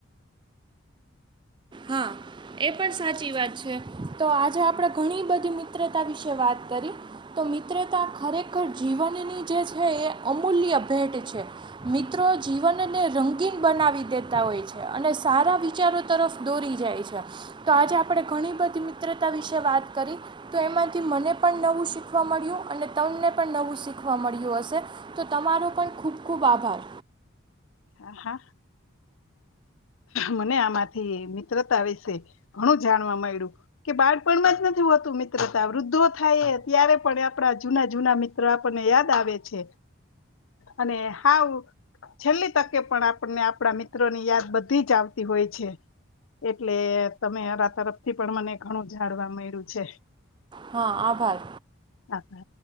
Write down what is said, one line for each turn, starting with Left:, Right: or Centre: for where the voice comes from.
Right: હા એ પણ સાચી વાત છે. તો આજે આપણે ઘણી બધી મિત્રતા વિશે વાત કરી તો મિત્રતા ખરેખર જીવનની જે છે એ અમૂલ્ય ભેટ છે. મિત્રો જીવનને રંગીન બનાવી દેતા હોય છે અને સારા વિચારો તરફ દોરી જાય છે. તો આજે આપણે ઘણી બધી મિત્રતા વિશે વાત કરી તો એમાંથી મને પણ નવું શીખવા મળ્યું અને તમને પણ નવું શીખવા મળ્યું હશે. તો તમારો પણ ખૂબ ખૂબ આભાર.
Left: હા હા, મને આમાંથી મિત્રતા વિશે ઘણું જાણવા મળ્યું કે બાળપણમાં જ નથી હોતું મિત્રતા વૃદ્ધો થાય ત્યારે પણ આપડા જૂના જૂના મિત્ર આપણને યાદ આવે છે અને હાવ છેલ્લી તકે પણ આપણને આપણા મિત્રો ની યાદ બધી જ આવતી હોય છે. એટલે તમે અરા તરફથી પણ મને ઘણું જાણવા મળ્યું છે.
Right: હા આભાર.
Left: આભાર